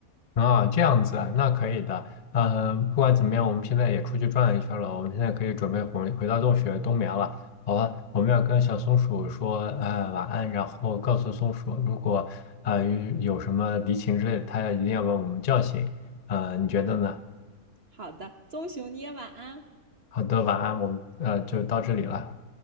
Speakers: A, on the left; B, on the right.
A: 啊，这样子啊，那可以的。呃，不管怎么样，我们现在也出去转了一圈了，我们现在可以准备回回到洞穴冬眠了。好吧，我们要跟小松鼠说，呃，晚安，然后告诉松鼠，如果呃有什么敌情之类的，它一定要把我们叫醒。呃，你觉得呢？
B: 好的，棕熊，你也晚安。
A: 好的，晚安，我们呃就到这里了。